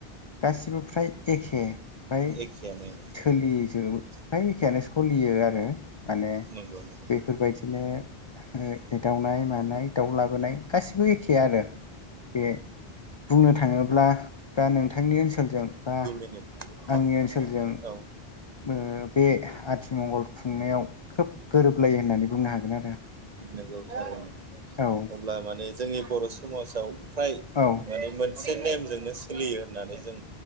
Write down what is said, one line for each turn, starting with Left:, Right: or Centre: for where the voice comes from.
Left: गासिबो फ्राय एखे फाय
Right: एखेयानो।
Left: सोलिजोब फाय एखेयानो। सलियो आरो माने
Right: नंगौ नंगौ
Left: बेफोरबायदिनो ओ एदाउनाय मानाय दाउ लाबोनाय गासिबो एखे आरो बे बुंनो थाङोब्ला बा नोंथांनि ओनसोलजों बा
Right: <inaudible>
Left: आंनि ओनसोलजों
Right: औ
Left: ओ बे आथिमंगल खुंनायाव खोब गोरोबलायो होननानै बुंनो हागोन आरो।
Right: नोंगौ थारैनो।
Left: औ
Right: अब्ला माने जोंनि बर' समाजाव फ्राय
Left: औ।
Right: माने मोनसे नेमजोंनो सोलियो होननानै जों